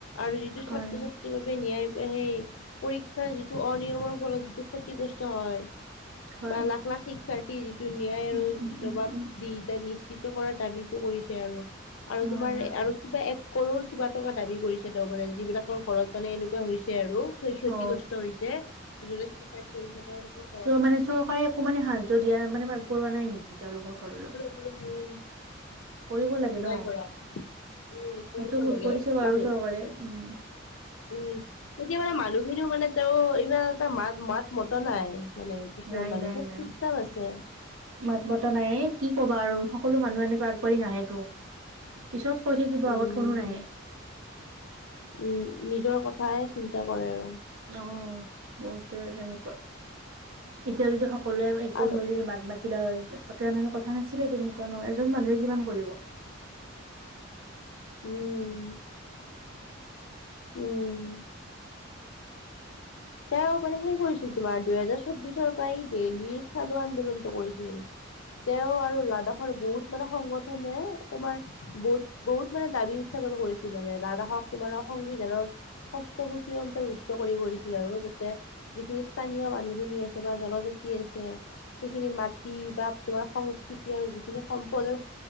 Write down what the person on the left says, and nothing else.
আৰু যিটো
ছাত্ৰ
ছাত্ৰীৰ বাবে নায় সেই পৰীক্ষাৰ যিটো অনিয়মৰ ফলত যিটো ক্ষতিগ্ৰস্ত হয়
বা লাখ লাখ শিক্ষাৰ্থী যিটো ন্যায় আৰু
জবাব
দি এয়া নিশ নিশ্চিত কৰাৰ দাবীটো কৰিছে আৰু আৰু
তোমাৰ
আৰু কিবা এক কৰৰ কিবা টকা দাবী কৰিছে তেওঁ মানে যিবিলাকৰ ঘৰত মানে এনেকুৱা হৈছে আৰু ক্ষতিগ্ৰস্ত
হৈছে যনে চুচাইড কৰিছে তেওঁলোকক
উম
নাই
কৰা উম
পঢ়িব
লাগে
মানুহ
উম তেতিয়া মানে মানুহখিনিও মানে তেওঁ ইমান এটা মাত মাত মত নাই মানে কিছুমান
মানে
চব
চুপ চাপ আছে
উম
উম নিজৰ কথাই চিন্তা কৰে আৰু
আৰু
উম উম তেওঁ মানে সেই কৰিছিল তোমাৰ দুহেজাৰ চৌবিশৰ পৰাই দিললি চালু আন্দোলনটো কৰিছিল তেওঁ আৰু লাডাখৰ বহুত মানে সংগঠনে তোমাৰ বহুত বহুত মানে দাবী উত্থাপন কৰিছিল মানে লাডাখক তোমাৰে সংবিধানৰ সষ্টভুচিৰ অন্তৰ্ভুক্ত কৰি কৰি ছিল আৰু যাতে যিখিনি স্থানীয় মানুহখিনি আছে বা জনজাতি আছে সেইখিনি মাটি বা তোমাৰ সংস্কৃতি আৰু যিখিনি সম্পদৰ